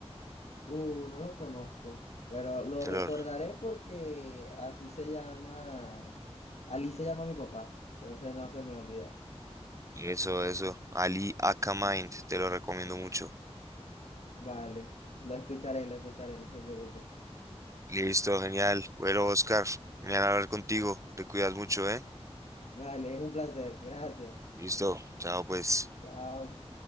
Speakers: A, on the left; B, on the right.
A: Uh, no lo conozco, pero lo
B: te
A: recordaré
B: lo-
A: porque así se llama, Ali se llama mi papá, entonces no se me olvida.
B: eso, eso, Ali aka Mind, te lo recomiendo mucho.
A: Vale, lo escucharé, lo escucharé, no se preocupe.
B: Listo, genial, bueno, Oscar, genial hablar contigo, te cuidas mucho, ¿eh?
A: Vale, es un placer, gracias.
B: Listo, chao pues.
A: Chao.